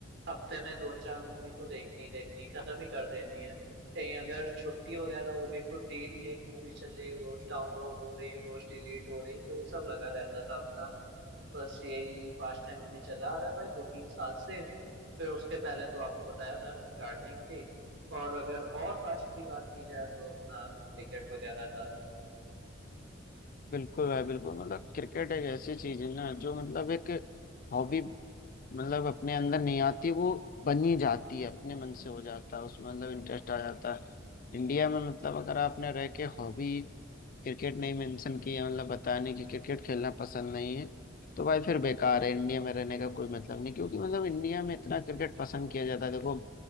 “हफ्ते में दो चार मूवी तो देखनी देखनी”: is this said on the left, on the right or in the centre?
Right